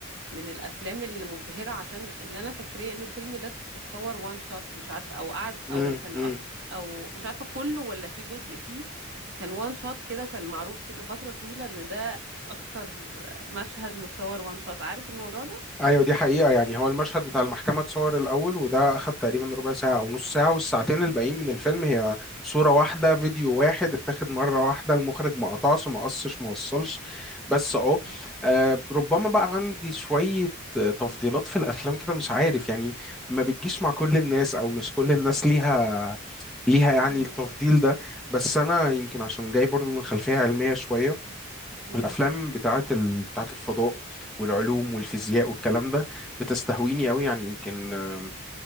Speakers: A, on the right (about 60°); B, in the centre.
A: من الافلام المبهره عشان اللي انا فاكراه ان الفيلم ده اتصور وان شوت مش عارف او قعد
B: امم
A: او كان أك... او مش عارفه كله ولا في جزء فيه كان وان شوت كده وكان معروف لفتره طويله ان ده اكتر مشهد متصور وان شوت عارف الموضوع ده
B: ايوه دي حقيقة يعني هو المشهد بتاع المحكمة اتصور الأول وده أخد تقريبا ربع ساعة أو نص ساعة والساعتين الباقيين من الفيلم هي صورة واحدة فيديو واحد اتاخد مرة واحدة المخرج ما قطعش ما قصش ما وصلش بس اه
A: مم.
B: آه، ربما بقى عندي شوية آه، تفضيلات في الأفلام كده مش عارف يعني ما بتجيش مع كل الناس أو مش كل الناس ليها ليها يعني
A: مم.
B: التفضيل ده بس أنا يمكن عشان جاي برضو من خلفية علمية شوية
A: مم.
B: الافلام بتاعت ال... بتاعت الفضاء والعلوم والفيزياء والكلام ده بتستهويني قوي يعني يمكن آه،